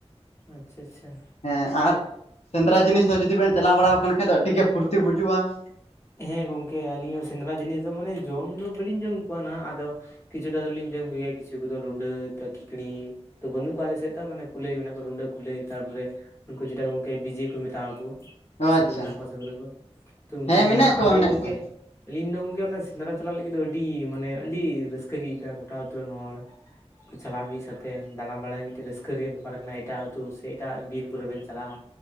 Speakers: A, on the left (about 25°); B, on the left (about 70°).
A: ᱟᱪᱪᱷᱟ ᱟᱪᱪᱷᱟ ᱾
B: ᱦᱮᱸ ᱟᱨ ᱥᱮᱸᱫᱽᱨᱟ ᱡᱤᱱᱤᱥ ᱫᱚ ᱡᱩᱫᱤ ᱵᱮᱱ ᱪᱟᱞᱟᱣ ᱵᱟᱲᱟ ᱟᱠᱟᱱ ᱠᱷᱟᱡ ᱫᱚ ᱟᱹᱰᱤ ᱜᱮ ᱯᱷᱩᱨᱛᱤ ᱵᱩᱡᱩᱜ-ᱟ ᱾
A: ᱦᱮᱸ ᱜᱚᱝᱠᱮ ᱟᱹᱞᱤᱧ ᱦᱚᱸ ᱥᱮᱸᱫᱽᱨᱟ ᱡᱤᱱᱤᱥ ᱫᱚ ᱢᱟᱱᱮ ᱡᱚᱢ ᱫᱚ ᱵᱟᱹᱞᱤᱧ ᱡᱚᱢ ᱠᱚᱣᱟ ᱱᱟᱦᱟᱜ ᱟᱫᱚ ᱠᱤᱪᱷᱩᱴᱟ ᱫᱚᱞᱤᱧ ᱡᱚᱢ ᱠᱚ ᱜᱮᱭᱟ ᱠᱤᱪᱷᱩᱫᱚ ᱨᱩᱸᱰᱟᱹ ᱛᱚ ᱠᱷᱤᱠᱲᱤ ᱛᱚ ᱵᱟᱹᱱᱩᱜ ᱠᱚᱣᱟ ᱟᱞᱮ ᱥᱮᱫ ᱫᱚ ᱢᱟᱱᱮ, ᱠᱩᱞᱟᱹᱭ ᱢᱮᱱᱟᱜ ᱠᱚᱣᱟ ᱨᱩᱸᱰᱟᱹ ᱠᱩᱞᱟᱹᱭ ᱛᱟᱨᱯᱚᱨᱮ ᱩᱱᱠᱩ ᱡᱮᱴᱟ ᱜᱚᱝᱠᱮ ᱵᱤᱡᱤ ᱠᱚ ᱢᱮᱛᱟᱣᱟ ᱠᱩ ᱾ ᱟᱯᱮ
B: ᱚ
A: ᱥᱮᱫ
B: ᱟᱪᱪᱷᱟ
A: ᱫᱚ ᱢᱤᱱᱟᱜ ᱠᱚᱣᱟ ᱥᱮ ᱵᱟᱱᱩᱜ ᱠᱩᱣᱟ ᱛᱚ ᱩᱱᱠᱩ
B: ᱦᱮᱸ
A: ᱜᱮ
B: ᱢᱮᱱᱟᱜ
A: ᱦᱟᱸᱜ
B: ᱠᱚᱣᱟ
A: ᱟᱫᱚ
B: ᱢᱮᱱᱟᱜ
A: ᱜᱚᱝᱠᱮ
B: ᱠᱚᱣᱟ
A: ᱟᱹᱞᱤᱧ ᱫᱚ ᱜᱚᱝᱠᱮ ᱚᱱᱟ ᱥᱮᱸᱫᱽᱨᱟ ᱪᱟᱞᱟᱜ ᱞᱟᱹᱜᱤᱫ ᱫᱚ ᱟᱹᱰᱤ ᱢᱟᱱᱮ ᱟᱹᱰᱤ ᱨᱟᱹᱥᱠᱟᱹ ᱜᱮ ᱟᱹᱭᱠᱟᱹᱜ-ᱟ ᱜᱚᱴᱟ ᱟᱛᱩ ᱨᱮᱱ ᱦᱚᱲ, ᱪᱟᱞᱟᱜ-ᱟ ᱢᱤᱫ ᱥᱟᱛᱮ ᱫᱟᱬᱟ ᱵᱟᱲᱟᱭ ᱢᱤᱫᱴᱮᱡ ᱨᱟᱹᱥᱠᱟᱹ ᱨᱮᱭᱟᱜ ᱵᱮᱯᱟᱨ ᱠᱟᱱᱟ ᱮᱴᱟᱜ ᱟᱹᱛᱩ ᱥᱮ ᱮᱴᱟᱜ ᱵᱤᱨ ᱠᱚᱨᱮ ᱵᱮᱱ ᱪᱟᱞᱟᱜ-ᱟ᱾